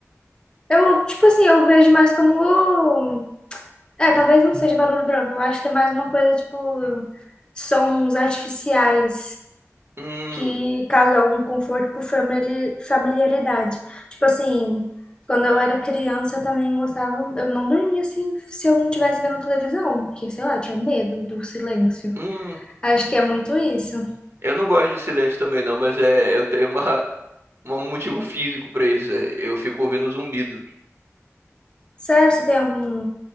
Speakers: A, on the left; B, on the right.
A: Eu, tipo assim, eu vejo mais como. É, talvez não seja barulho branco. Eu acho que é mais uma coisa, tipo, sons artificiais
B: Hum,
A: que causam algum conforto por famili- familiaridade. Tipo assim, quando eu era criança, eu também gostava. Eu não dormia assim se eu não estivesse vendo televisão, porque, sei lá, eu tinha medo do silêncio.
B: hum,
A: Acho que é muito isso.
B: eu não gosto de silêncio também não, mas é, eu tenho uma um motivo físico pra isso. é, Eu fico ouvindo zumbido.
A: Sério, você tem algum